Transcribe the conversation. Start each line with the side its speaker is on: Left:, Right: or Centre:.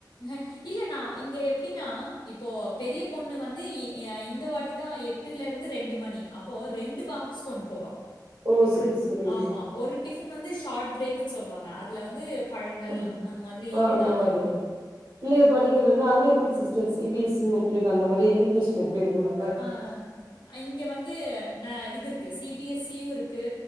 Left: அ இல்ல நா இங்க எப்டின்னா இப்போ பெரிய பொண்ணு வந்து இ இந்த வாட்டி தா எட்டுல இருந்து ரெண்டு மணி அப்போ ரெண்டு பாக்ஸ் கொண்டு போவா
Right: ஓ செரி
Left: அ
Right: செரி
Left: ஆமா ஒரு டிஃபின் வந்து ஷார்ட் பிர்க்குன்னு சொல்லுவாங்க அதில வந்து பழங்கள்
Right: ஆ
Left: அந்த மாதிரி
Right: ஆ
Left: ஏதாவது
Right: அந்த மாரி
Left: ஒன்னு கொடு
Right: பிள்ளைக படிக்கிறது வந்து அங்க எப்டி sister C B S C matric அந்த மாதிரி எஜுகேஷன் எப்டி இருக்குமா
Left: ஆ இங்க வந்து ந இது இருக்கு சி பி எஸ் சி யு இருக்கு